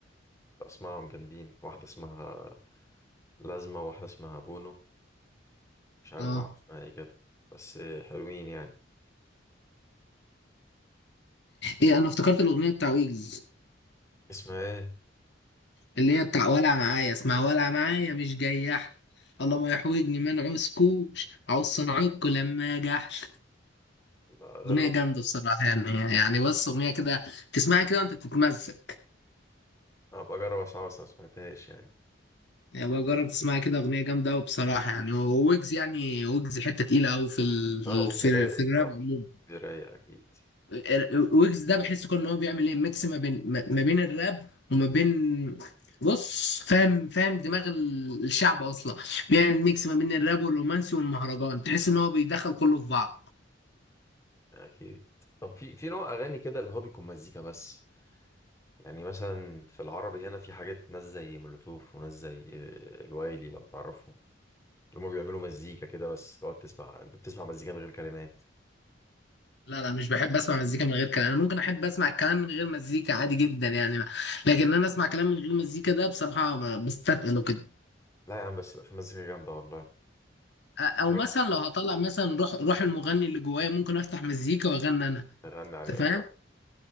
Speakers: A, on the left; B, on the left.
A: اسمائهم جامدين واحدة اسمها لازمة واحدة اسمها بونو مش عارف
B: اه
A: واحدة اسمها ايه كده بس حلوين يعني
B: ايه انا افتكرت الأغنية بتاع ويجز
A: اسمها ايه
B: اللي هي بتاع ولع معايا اسمع ولع معايا مش جياح الله ما يحوجني ما نعوزكوش عاوز صنعكوا لما جحش
A: لا، غالبا
B: أغنية جامدة بصراحة يعني يعني بص أغنية كده تسمعها كده وأنت بتتمزج
A: ابقى اجرب اسمعها بس ما سمعتهاش يعني
B: يعني بقى جرب تسمعها كده أغنية جامدة أوي بصراحة يعني ويجز يعني ويجز حتة تقيلة أوي في ال...
A: اه وجز
B: في
A: رايق
B: في الراب
A: آه،
B: عموما
A: وجز رايق اكيد
B: ال- ويجز ده بحس كل ان هو بيعمل ايه ميكس ما بين ما ما بين الراب وما بين بص فاهم فاهم دماغ ال- الشعب اصلا بيعمل ميكس ما بين الراب والرومانسي والمهرجان تحس ان هو بيدخل كله في بعض
A: اكيد طب في في نوع اغاني كده اللي هو بيكون مزيكا بس يعني مثلا في العربي هنا في حاجات ناس زي مولوتوف وناس زي الوايلي لو تعرفهم اللي هم بيعملوا مزيكا كده بس تقعد تسمع انت بتسمع مزيكا من غير كلمات
B: لا لا مش بحب اسمع مزيكا من غير كلام انا ممكن احب اسمع الكلام من غير مزيكا عادي جدا يعني لكن انا اسمع كلام من غير مزيكا ده بصراحة ما- بستثقله كده
A: لا يا عم بس يبقى في مزيكا جامدة والله
B: أ-
A: وفي
B: او
A: حاجات
B: مثلا
A: مثلا
B: لو هطلع مثلا روح روح المغني اللي جوايا ممكن افتح مزيكا واغني انا
A: نغني عليها
B: انت فاهم